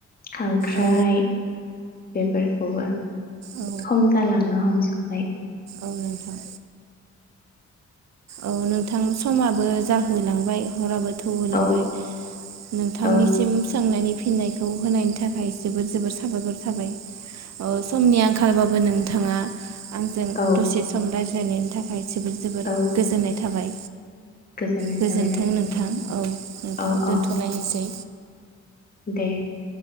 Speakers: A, on the left (about 30°); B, on the right (about 65°).
A: खांख्राइ
B: औ
A: बेफोरखौबो
B: औ
A: खम जालांनो हमजोबबाय।
B: औ नोंथां। औ नोंथां समाबो जाहोलांबाय हराबो। गोबाव लांबाय
A: औ
B: नोंथांनिसिम
A: औ
B: सोंनायनि फिननायखौ होनायनि थाखाय जोबोर जोबोर साबायखर थाबाय औ समनि आंखालबाबो नों थाङा आंजों
A: औ
B: दसे सम राय नायनि थाखाय जोबोर जोबोर
A: औ
B: नाय थाबाय।
A: गोजोननाय
B: गोजोन्थों
A: थाबाय
B: नोंथां औ नोंथां
A: अ
B: दोनथलायनोसै।
A: अ दे।